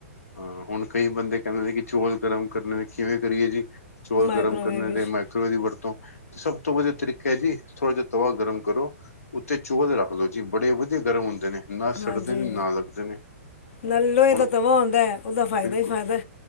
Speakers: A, on the left; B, on the left.
A: ਹਾਂ ਹੁਣ ਕਈ ਬੰਦੇ ਕਹਿੰਦੇ ਨੇ ਕਿ ਚੌਲ ਗਰਮ ਕਰਨੇ ਕਿਵੇਂ ਕਰੀਏ ਜੀ, ਚੌਲ
B: ਮਾਈਕ੍ਰੋਵੇਵ
A: ਗਰਮ ਕਰਨੇ
B: ਵਿੱਚ
A: ਦੇ ਮ ਤਵੇ ਦੀ ਵਰਤੋ, ਸਭ ਤੋਂ ਵਧੀਆ ਤਰੀਕਾ ਹੈ ਜੀ ਥੋੜ੍ਹਾ ਜਿਹਾ ਤਵਾ ਗਰਮ ਕਰੋ, ਉੱਤੇ ਚੋਲ ਰੱਖ ਲੋ ਜੀ ਬੜੇ ਵਧੀਆ ਗਰਮ ਹੁੰਦੇ ਨੇ। ਨਾ
B: ਹਾਂਜੀ
A: ਸੱਡਦੇ ਨੇ ਨਾ ਲੱਗਦੇ ਨੇ,
B: ਨਾਲ ਲੋਹੇ
A: ਹੁਣ-
B: ਦਾ ਤਵਾ ਹੁੰਦਾ ਉਹਦਾ ਫਾਇਦਾ
A: ਬਿਲਕੁਲ,
B: ਹੀ ਫਾਇਦਾ